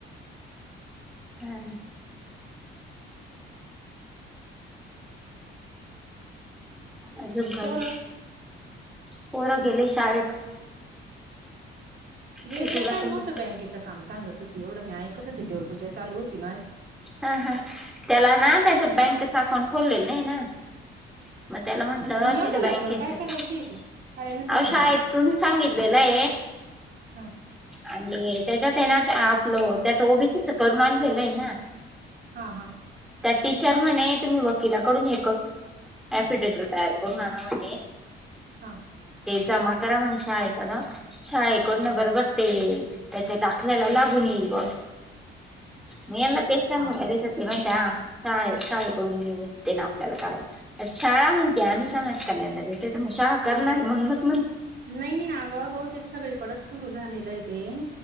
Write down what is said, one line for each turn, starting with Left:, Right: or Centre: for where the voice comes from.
Centre: हह अजून काही.
Right: पोरं
Centre: पोरं गेले शाळेत.
Right: वेदला
Centre: कितवीला
Right: काय
Centre: पण
Right: मोठं बँकेचं काम सांगत होती मी ऐकत होती माझी देवपूजा चालू होती.
Centre: त्याच बँकेच अकाउंट खोललेलं नाही <unintelligible> त्याला म्हंटलं
Right: आणि एवढं
Centre: तिच्या
Right: लवकर
Centre: बँकेतच
Right: काय करायचे ते शाळेनं सांगितलंय
Centre: अशा आहेतेत तु सांगितलेलं
Right: हा
Centre: आणि त्याच्यातत्याच ओबीसीच करून आणलेलं आहे.
Right: हा हा
Centre: टीचर म्हणे तुम्ही वकिलाकडून फिडेटर तयार करू आना
Right: हा
Centre: जमा करा शाळेकडं शाळेकडण बरोबर त्याच्या दाखल्याला लागून येईल मी यांना तेच सांगून
Right: हा
Centre: राहिले ते म्हणता शाळेकडून नाही होत ते आपल्याला करून आणावे लागेल शाळा म्हणते आम्ही समाज कल्याणला येते तर मग शाळा करणार म्हण मग <unintelligible>
Right: अगं बहु ते सगळीकडेच सुरू झालेलं आहे